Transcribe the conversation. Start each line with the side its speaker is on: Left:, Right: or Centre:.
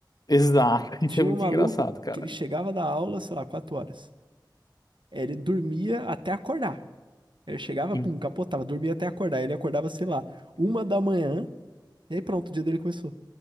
Left: Exato. <laughs> Isso
Right: Tinha
Left: é muito
Right: um maluco
Left: engraçado, cara.
Right: que ele chegava da aula, sei lá, 4 horas. Ele dormia até acordar. Ele chegava,
Left: Em-
Right: pum, capotava, dormia até acordar. Ele acordava, sei lá, uma da manhã, e aí pronto, o dia dele começou.